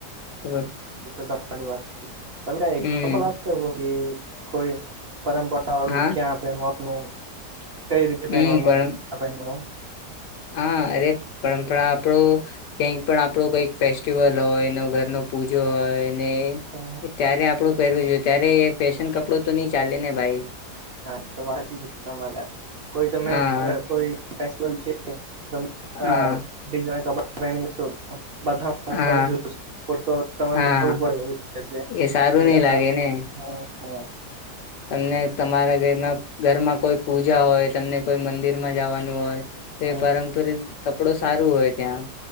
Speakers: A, on the left (about 80°); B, on the right (about 45°).
A: ખબર
B: એ તો વાત સાચી, તમે એક્ઝામ્પલ
A: હમ
B: આપ કે કોઈ પરંપરા વાળું
A: હા
B: ક્યાં પહેરવાનું કઈ રીતે
A: હમ
B: પહેનવાનું?
A: પણ
B: અને કયા પહેનવાનું?
A: હા અરે પરંપરા આપડું કઈક પણ આપણો કઈક ફેસ્ટિવલ હોય નવ ઘર નુ પૂજો હોયને
B: હા
A: ત્યારે આપડું પહેરવું જોઈએ ત્યારે એ ફેશન કપડું તો નઈ ચાલે ને ભાઈ.
B: હા તો વાત હાચી તમારે કોઈ તમે
A: હા
B: કોઈ ફેસ્ટિવલ છે તમે
A: હા
B: આ ડિઝાઇન કપડા પહેશો તો બધા ના
A: હા
B: તમે જો કો તો તમારે
A: હા
B: મારવું પડે એવું રહેશે
A: એ સારું
B: કે
A: નઈ
B: આ
A: લાગે ને
B: હા.
A: તમને તમારા ઘરમાં કોઈ પૂજા હોય, તમને કોઈ મંદિર માં જવાનું હોય. તે
B: હમ
A: પારંપારિક કપડું સારું હોય ત્યાં.